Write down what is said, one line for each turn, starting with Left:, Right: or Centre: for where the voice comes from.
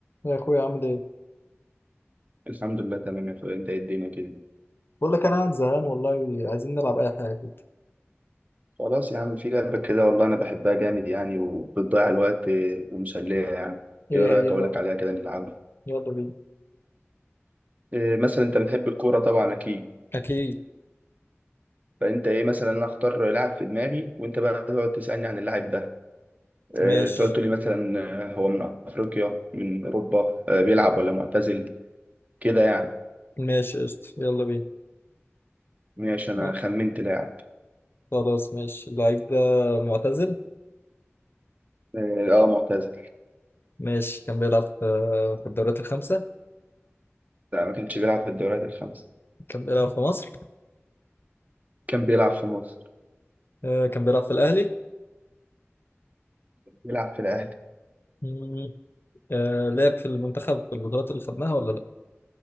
Left: يا اخويا عامل ايه
Right: الحمد لله تمام يا اخويا انت ايه الدنيا كده
Left: بقول لك انا قاعد زهقان والله عايزين نلعب اي حاجه كده
Right: خلاص يا عم في لعبة كده والله انا بحبها جامد يعني وبتضيع الوقت اه، ومسلية يعني
Left: ايه
Right: ايه رأيك اقول
Left: هي بقى
Right: لك عليها كده نلعبها
Left: يلا بينا
Right: إيه مثلا انت بتحب الكورة طبعا اكيد
Left: أكيد
Right: فانت ايه مثلا انا اختار لاعب في دماغي وانت بقى تقعد تسألني عن اللاعب ده إيه
Left: ماشي
Right: تقعد تقول لي مثلا اه، هو من افريقيا من اوروبا اه، بيلعب ولا معتزل كده يعني
Left: ماشي قشطة يلا بينا
Right: ماشي انا
Left: أه
Right: خمنت لاعب
Left: خلاص ماشي اللعيب ده معتزل
Right: اه اه، معتزل
Left: ماشي كان بيلعب في في الدوريات الخمسة
Right: لا ما كانش بيلعب في الدوريات الخمسة
Left: كان بيلعب في مصر
Right: كان بيلعب في مصر
Left: آه، كان بيلعب في الأهلي
Right: بيلعب في الاهلي
Left: مم. آه، لعب في المنتخب في البطولات اللي خدناها ولا لأ